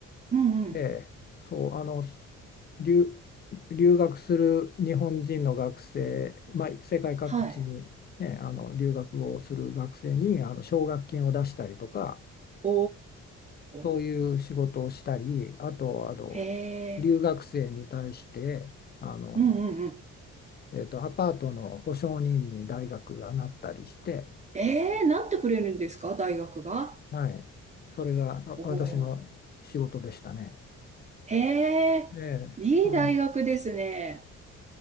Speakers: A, on the right; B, on the left.
A: うんうん。
B: ええ、そう、あの、留、留学する日本人の学生、まあ、世界各地に、
A: はい。
B: ね、あの留学をする学生にあの奨学金を出したりとか、
A: お
B: そういう仕事をしたり、
A: ー。
B: あと、あの
A: へえ。
B: 留学生に対して、あの
A: うんうんうん。
B: えーと、アパートの保証人に大学がなったりして、
A: ええ、なってくれるんですか大学が。
B: はい、それがあ私の仕事でしたね。
A: おー。へえ、
B: ええそん、
A: いい大学ですね。